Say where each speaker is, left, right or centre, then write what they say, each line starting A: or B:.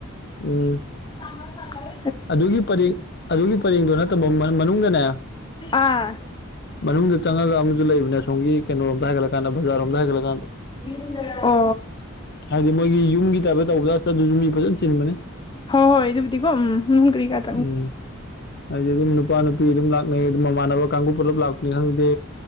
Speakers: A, on the left (about 50°); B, on the left (about 20°).
A: ꯎꯝ
B: ꯇꯥꯡꯃ ꯐꯥꯡꯉꯔ
A: ꯑꯗꯨꯒꯤ ꯄꯔꯦꯡ ꯑꯗꯨꯒꯤ ꯄꯔꯦꯡꯗꯣ ꯅꯠꯇꯕ ꯃꯅꯨꯡꯗꯅꯦ
B: ꯑꯥ
A: ꯃꯅꯨꯡꯗ ꯆꯪꯉꯒ ꯑꯃꯁꯨ ꯂꯩꯕꯅꯤꯅꯦ ꯁꯣꯝꯒꯤ ꯀꯩꯅꯣꯝꯗ ꯍꯥꯏꯒꯠꯂꯀꯥꯟ ꯖꯥꯔꯣꯝꯗ ꯍꯥꯏꯒꯠꯂꯀꯥꯟꯗ
B: ꯌꯨꯝꯗ ꯑꯣ
A: ꯍꯥꯏꯗꯤ ꯃꯣꯏꯒꯤ ꯌꯨꯝꯒꯤ ꯇꯥꯏꯞꯇ ꯇꯧꯕꯗ꯭ꯔꯥ ꯆꯠ ꯑꯗꯨꯁꯨ ꯃꯤ ꯐꯖꯅ ꯆꯤꯟꯕꯅꯤ
B: ꯍꯣꯏ ꯍꯣꯏ ꯑꯗꯨꯕꯨꯗꯤꯀꯣ ꯎꯝ ꯅꯅꯨꯡ ꯀꯔꯤ ꯀꯥꯏ
A: ꯎꯝ ꯍꯥꯏꯗꯤ ꯑꯗꯨꯝ ꯅꯨꯄꯥ ꯅꯨꯄꯤ ꯑꯗꯨꯝ ꯂꯥꯛꯅꯩ ꯑꯗꯨꯝ ꯃꯃꯥꯟꯅꯕ ꯀꯥꯡꯕꯨ ꯄꯨꯂꯞ ꯂꯥꯛꯄꯅꯤ ꯈꯪꯗꯦ